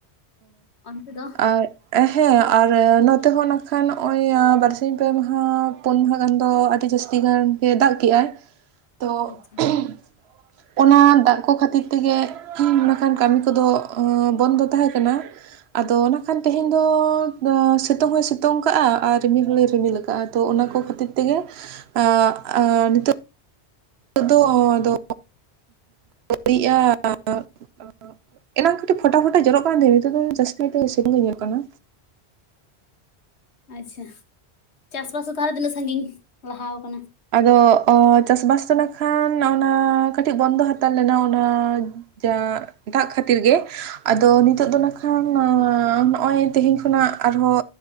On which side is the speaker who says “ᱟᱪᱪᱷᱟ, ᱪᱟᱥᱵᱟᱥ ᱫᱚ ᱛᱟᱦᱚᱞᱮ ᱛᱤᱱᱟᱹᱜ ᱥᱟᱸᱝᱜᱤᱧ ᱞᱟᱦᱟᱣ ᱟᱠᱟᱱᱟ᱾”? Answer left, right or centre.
Left